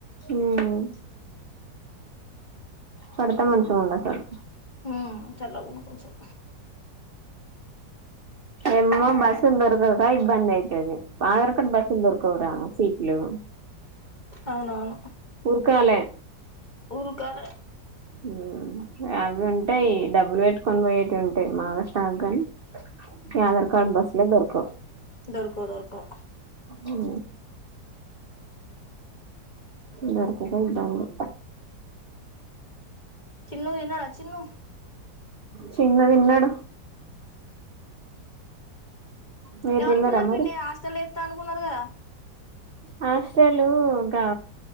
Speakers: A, on the right; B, on the left.
A: ఉమ్ పడితే మంచిగా ఉండు అసలు సార్
B: ఉమ్ చల్లగుండు కొంచం
A: ఎమ్మో బస్సులు దొరకదు. రైడ్ బంద్ అయితది ఆధార్ కార్డ్ బస్సులు దొర్కవరా సీట్లు
B: అవునవును
A: ఉరుకాలే
B: ఉరుకాలే
A: ఉమ్ అవి ఉంటాయి డబ్బులు పెట్టుకొని పోయేటివి ఉంటాయి మాగాస్టాక్గాని ఆధార్ కార్డ్ బస్లే దొరకవు.
B: దొరుకవు దొరకవు
A: అవు దొరకోక దాండు
B: చిన్నూ తిన్నాడ చిన్నూ
A: చిన్ను తిన్నాడు. మీరు
B: ఏవనుకున్నారు
A: తిన్నారా మరి
B: పిన్ని హాస్టల్లో ఎత్తా అనుకున్నారు కదా!
A: హాస్టలు గా